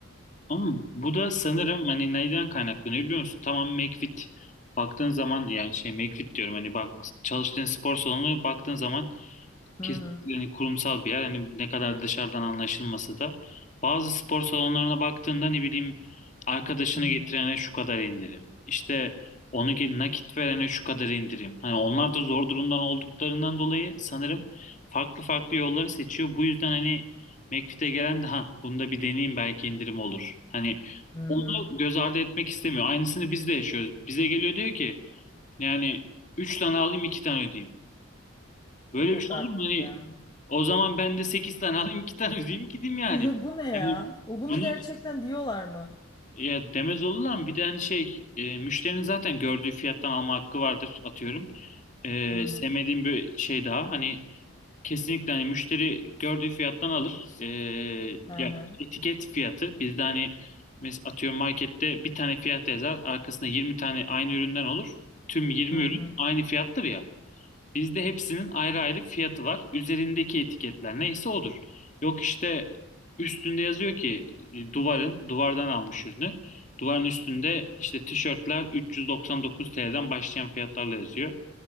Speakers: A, on the left; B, on the left.
A: Ama bu da sanırım hani neyden kaynaklanıyor biliyor musun? Tamam McFit baktığın zaman yani şey McFit diyorum hani bak çalıştığın spor salonu baktığın zaman
B: Hı
A: kesinlikle
B: hı.
A: hani kurumsal bir yer. Hani ne kadar dışarıdan anlaşılması da. Bazı spor salonlarına baktığında ne bileyim arkadaşını
B: Hı hı.
A: getirene şu kadar indirim. İşte onu ge- nakit verene şu kadar indirim. Hani onlar da zor durumdan olduklarından dolayı sanırım farklı farklı yolları seçiyor. Bu yüzden hani McFit'e gelen de ha bunda bir deneyeyim belki indirim olur. Hani
B: Hı
A: onu
B: hı.
A: göz ardı etmek istemiyor. Aynısını biz de yaşıyoruz. Bize geliyor diyor ki yani 3 tane alayım 2 tane ödeyeyim. Böyle
B: Yok
A: bir şey
B: artık
A: olur mu? Hani
B: ya.
A: o zaman ben de 8 tane alayım 2 tane ödeyeyim gideyim yani.
B: <laughs> Bu ne ya?
A: Hani
B: O bunu
A: bunu
B: gerçekten diyorlar mı?
A: ya demez olurlar mı? Bir de hani şey e, müşterinin zaten gördüğü fiyattan alma hakkı vardır atıyorum. E,
B: Hı hı.
A: sevmediğim bir şey daha hani kesinlikle hani müşteri gördüğü fiyattan alır. E,
B: Hı
A: ya
B: hı.
A: etiket fiyatı bizde hani mes atıyorum markette bir tane fiyat yazar arkasında 20 tane aynı üründen olur. Tüm yirmi
B: Hı
A: ürün
B: hı.
A: aynı fiyattır ya. Bizde hepsinin ayrı ayrı fiyatı var. Üzerindeki etiketler neyse odur. Yok işte üstünde yazıyor ki e, duvarın, duvardan almış ürünü. Duvarın üstünde işte tişörtler 399 TL'den başlayan fiyatlarla yazıyor.